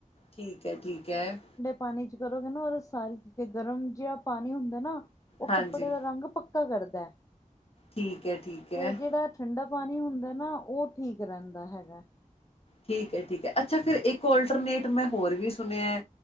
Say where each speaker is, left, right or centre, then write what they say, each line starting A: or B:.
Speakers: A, on the left; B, on the left.
A: ਠੀਕ ਹੈ, ਠੀਕ ਹੈ।
B: ਪਾਨੀ ਚ ਕਰੋਗੇ ਨਾ ਉਹਦਾ ਸਾਰੀ ਚੀਜ਼ ਗਰਮ ਜਿਹਾ ਪਾਨੀ ਹੁੰਦੈ ਨਾ, ਉਹ
A: ਹਾਂਜੀ
B: ਕੱਪੜੇ ਦਾ ਰੰਗ ਪੱਕ ਕਾ ਕਰਦੈ
A: ਠੀਕ ਹੈ ਠੀਕ ਹੈ
B: ਤੇ ਜਿਹੜਾ ਠੰਡਾ ਪਾਨੀ ਹੁੰਦੈ ਨਾ, ਉਹ ਠੀਕ ਰਹਿੰਦਾ ਹੈਗਾ।
A: ਠੀਕ ਹੈ, ਠੀਕ ਹੈ। ਅੱਛਾ, ਫਿਰ ਇੱਕ ਓਲਟਰਨੇਟ ਮੈਂ ਹੋਰ ਵੀ ਸੁਣਿਐ,